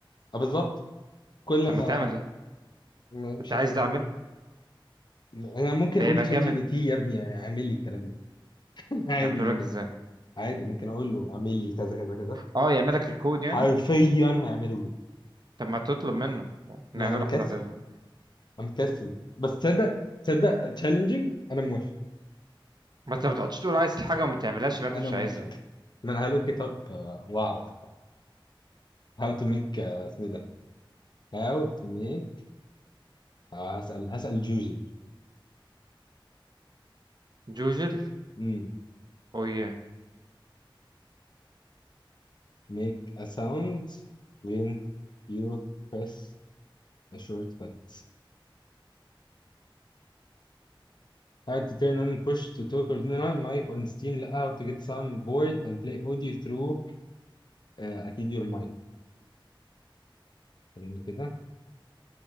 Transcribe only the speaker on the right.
طب ما
تعمل ده
انت عايز
ده اعمله
ده
يبقى جامد
يعمله
لك ازاي
اه يعمل لك الكود
يعني
طب ما تطلب منه نعمله
احنا ده
ما انت ما تقعدش تقول عايز الحاجة وما تعملهاش يبقى انت
مش
عايزها
جوجل
اوه ياه